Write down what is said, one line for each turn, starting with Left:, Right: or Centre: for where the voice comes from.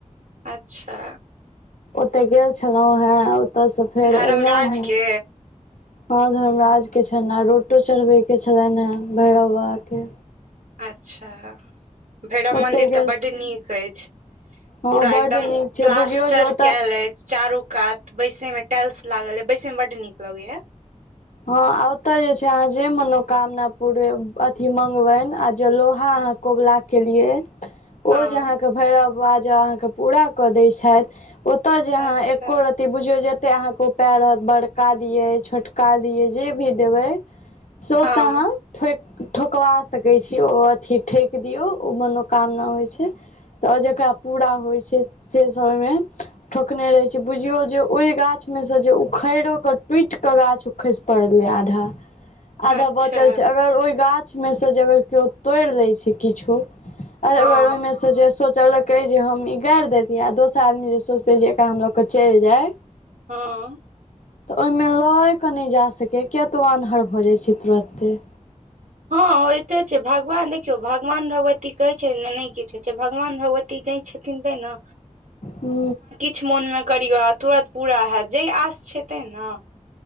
Right: अच्छा
Left: ओतय गेल छलहु हय ओतय सऽ फेर
Right: धर्मराज
Left: एलहु हे
Right: के
Left: हँ धर्म राज के छैन रोटो चढ़बे के छलनि ह भैरव बाबा के
Right: अच्छा भैरव मंदिर
Left: ओते
Right: तऽ
Left: गेल
Right: बड्ड नीक अछि
Left: हँ
Right: पूरा
Left: बड
Right: एकदम
Left: नीक छै
Right: प्लास्टर
Left: बुझियौ जे ओतऽ
Right: कैल अछि। चारू कात बैसेय मऽ टैल्स लागल यै बैसेय मे बड नीक लगैये।
Left: हँ ओतऽ जे छैय अहा जे मनोकामना पूरे अथी मंगबनि आ जे लोहा अहा कबुला केेलिये
Right: हँ
Left: ओ जे अहाक भैरव बबा जँ आहाक पुरा कऽ दैय छैथ ओतय जँ आहा
Right: अच्छा
Left: एको रति बुझियौ जतेक अहाके उपाय रहत बड़का दियैय छोटका दियैय जे भी देबैय। से ओतय
Right: हँ
Left: आहाँ ठोकि ठोकबा सकैय छी ओ अथी ठोकि दियौ ओ मनोकामना होइ छैय। तऽ जेकरा पूरा होइ छैय से सब ओहिमे ठोकने रहेय छैय बुझियो जे ओहि गाछमे से जे उखिड़ो के टूटि कऽ गाछ खसि पड़लैय आधा आधा
Right: अच्छा
Left: बचल छैय अगर ओहि गाछ ओहिमे सँ जे यदि तोरि लैय छैय किछो अगर
Right: हँ
Left: ओहिमे सँ से जे सोचलकैय जे हम इ गारि देैतियै आ दोसर आदमी जे सोचतै जे एकरा हम लके चलि जाय।
Right: हँ
Left: तऽ ओहिमे लए कऽ नै जा सकैये किया तऽ ओ आन्हर भऽ जाइत छैय तुरते
Right: हँ होइते छैय भगवान देखियौ भगवान भगवती कहैय छैय नऽ नै किछु होइ छैय भगवान भगवती भगवती जाय छथिन तैय नऽ
Left: हु
Right: किछ मोन मऽ करियौ तुरंत पुरा हैत जैय आस छैय तैय नऽ